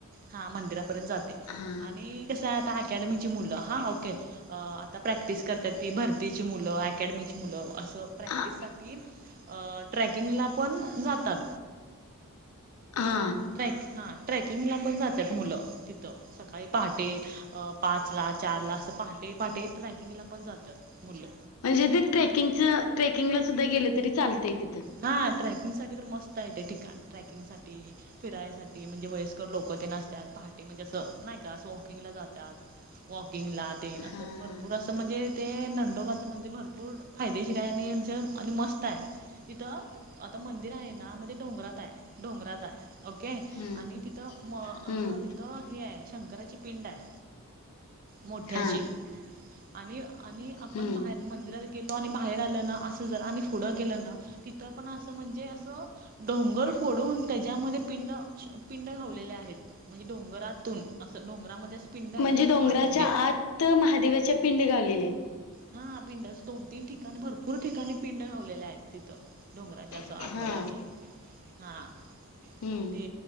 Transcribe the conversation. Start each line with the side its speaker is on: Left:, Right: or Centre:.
Right: हा मंदिरापर्यंत जाते
Left: हा
Right: आणि कसं आहे आता अकॅडमीची मुलं हा ओके. आता प्रॅक्टिस करतात ती भरतीची मुलं, अकॅडमीची मुलं असं प्रॅक्टिससाठी
Left: हा
Right: अ ट्रेकिंगला पण जातात.
Left: हा.
Right: ट्रॅक हां ट्रेकिंगला पण जात्याय मुलं तिथं. सकाळी पहाटे अं पाचला. चारला असं पहाटे पहाटे ट्रॅकिंगला पण जातात मुलं.
Left: म्हणजे ते ट्रेकिंगच ट्रेकिंगला सुद्धा गेलं तरी चालतंय तिथं.
Right: हा ट्रॅकिंग साठी तर मस्त आहे ते ठिकाण ट्रॅकिंग साठी फिरायसाठी म्हणजे वयस्कर लोक तेन असत्यात पहाटे म्हणजे असं नाही का असं वॉकिंगला जात वॉकिंग ला अस
Left: हा हा
Right: भरपूर अस. ं म्हणजे ते नंडोबाचं मंदिर भरपूर फायदेशीर आहे आणि जं आणि मस्त आहे. तिथं आता मंदिर आहे ना मध्ये डोंगरात आहे डोंगरात आहे. ओके
Left: हम्म
Right: आणि तिथं म
Left: हम्म
Right: असं. तर हे आहे शंकराची पिंड आहे मोठ्याशी
Left: हा
Right: आणि आणि आपण
Left: हम्म
Right: बाहेर मंदिरात गेलो आणि बाहेर आलं ना असं जरा आणि पुढं गेलं ना. तिथं पण असं म्हणजे असं. डोंगर फोडून त्याच्यामध्ये पिंड पिंड खावलेले आहेत. म्हणजे डोंगरातून असं डोंगरामध्ये पिंड आहेत
Left: म्हणजे
Right: असं
Left: डोंगराच्या
Right: आतमध्ये
Left: आत महादेवाच्या पिंडे गावलेले आहेत.
Right: हा पिंडस दोन तीन ठिकाणी भरपूर ठिकाणी पिंड ावलेले आहेत तिथं. डोंगराचे असो
Left: आहेत
Right: आतमध्ये
Left: हा
Right: असो हां
Left: हम्म
Right: ते